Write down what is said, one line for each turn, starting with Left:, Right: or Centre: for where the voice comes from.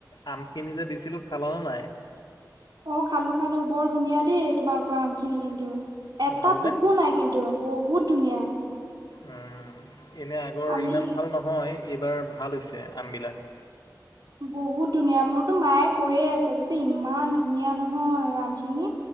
Left: আমখিনি যে দিছিলো, খালানে নাই?
Right: অ খালো-খালো বৰ ধুনীয়া দেই তোমালোকৰ আমখিনি কিন্তু। এটা
Left: ভালনে?
Right: পকু নাই, কিন্তু বহুত ধুনীয়া।
Left: উম এনে আগৰ
Right: আমি
Left: ইমান ভাল নহয় এইবাৰ ভাল হৈছে আমবিলাক।
Right: বহুত ধুনীয়া, মোৰতো মায়ে কৈয়ে আছে, কৈছে ইমান ধুনীয়া নহয় আমখিনি।